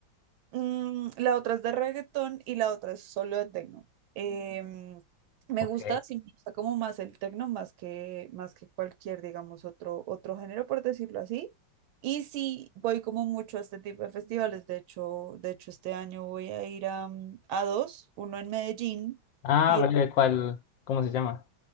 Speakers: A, on the right (about 80°); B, on the left (about 75°).
A: Mm, la otra es de reggaetón y la otra es solo de tecno. Em, me
B: Ok.
A: gusta, sí, me gusta como más el tecno, más que, más que cualquier, digamos, otro, otro género, por decirlo así. Y sí, voy como mucho a este tipo de festivales. De hecho, de hecho este año voy a ir a, mm, a dos, uno en Medellín
B: Ah,
A: y
B: breve, ¿cuál? ¿Cómo se llama?